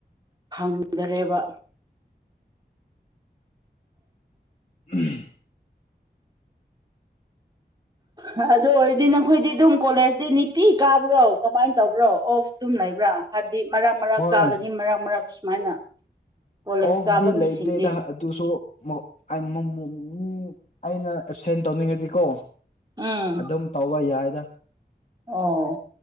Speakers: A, on the right (about 25°); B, on the left (about 40°).
A: ꯐꯪꯗꯔꯦꯕ
B: ꯎꯝ <inaudible>
A: ꯍ ꯑꯗꯨ ꯑꯣꯏꯔꯗꯤ ꯅꯈꯣꯏꯗꯤ ꯑꯗꯨꯝ ꯀꯣꯂꯦꯖꯇꯤ ꯅꯤꯇꯤ ꯀꯥꯕ꯭ꯔꯣ ꯀꯃꯥꯏ ꯇꯧꯕ꯭ꯔꯣ ꯑꯣꯐ ꯑꯗꯨꯝ ꯂꯩꯕ꯭ꯔꯥ ꯍꯥꯏ ꯗꯤ ꯃꯔꯛ ꯃꯔꯛ
B: ꯍꯣꯏ
A: ꯀꯥꯒꯅꯤ ꯃꯔꯛ ꯃꯔꯛ ꯁꯨꯃꯥꯏꯅ ꯀꯣꯂꯦꯖ
B: ꯑꯣꯐ
A: ꯀꯥꯕ
B: ꯗꯤ ꯂꯩꯇꯦꯗ
A: ꯃꯤꯁꯤꯡꯗꯤ
B: ꯑꯗꯨꯁꯨ ꯃꯧꯛ ꯑꯃꯨꯃꯨꯛ ꯅꯤꯅꯤ ꯑꯩꯅ ꯑꯦꯞꯁꯦꯟ ꯇꯧꯅꯤꯡꯉꯗꯤꯀꯣ
A: ꯎꯝ
B: ꯑꯗꯨꯝ ꯇꯧꯕ ꯌꯥꯏꯗ
A: ꯑꯣ